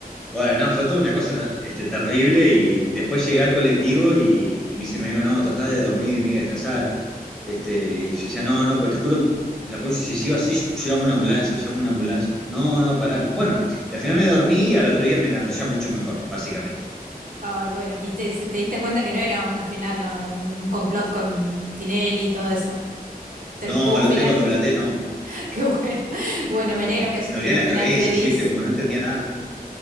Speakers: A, in the centre; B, on the right.
A: Bueno, no, fue toda una cosa ¿no? este, terrible y después llegué al colectivo y, y me dice, me dijo, no, tratá de dormir, me descansar. Este, y yo decía, no, no, pues te juro, la próxima, si sigo así, llamo una ambulancia, llamo una ambulancia. No, no, pará. Me dijo, bueno, y al final me dormí y al otro día me levanté ya mucho mejor, básicamente.
B: Ay, bueno, y te, se- te diste cuenta que no era un al final, no, un complot con Tinelli y todo eso. Ter-
A: No,
B: tuvo un
A: al
B: final
A: otro día cuando
B: feliz.
A: me levanté, no,
B: <laughs> Qué bueno. Bueno,
A: no,
B: me
A: no,
B: alegro que hayas
A: me
B: tenido
A: dolía la
B: un final
A: cabeza,
B: feliz.
A: así, viste, como no entendía nada.